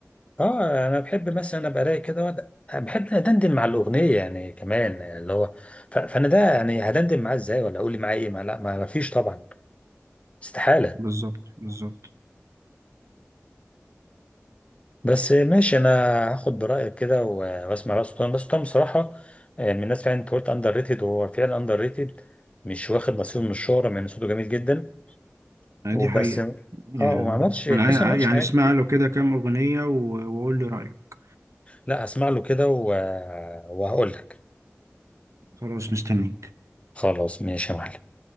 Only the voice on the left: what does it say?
اه انا بحب مثلا ابقى رايق كده وأقعد- بحب ادندن مع الاغنيه يعني كمان اللي هو ف- فانا ده يعني هدندن معاه ازاي ولا اقول لي معاه ايه ما لا ما ما فيش طبعا استحاله
بس ماشي انا هاخد برايك كده و- واسمع بقى سلطان بس سلطان بصراحه آه، من الناس فعلا انت قلت اندر ريتد وهو فعلا اندر ريتد مش واخد نصيبه من الشهره مع ان صوته جميل جدا
وبس
اه
وما عملتش تحس
إنه ما عملتش
حاجه
لا هسمع له كده و... وهقول لك
خلاص ماشي يا معلم